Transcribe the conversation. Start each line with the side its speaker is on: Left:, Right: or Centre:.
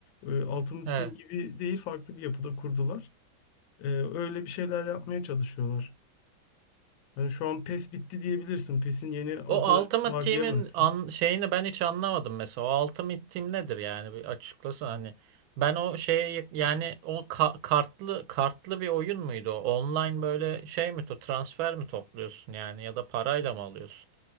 Left: E, Ultimate
Right: Evet.
Left: Team gibi değil farklı bir yapıda kurdular. E, öyle bir şeyler yapmaya çalışıyorlar. Yani şu an PES bitti diyebilirsin. PES'in yeni adı
Right: O Ultimate
Left: var
Right: Team'in
Left: diyemezsin.
Right: an, şeyini ben hiç anlamadım mesela. O Ultimate Team nedir yani? Bir açıklasana hani. Ben o şeye yani o ka- kartlı kartlı bir oyun muydu o? Online böyle şey mi to transfer mi topluyorsun yani ya da parayla mı alıyorsun?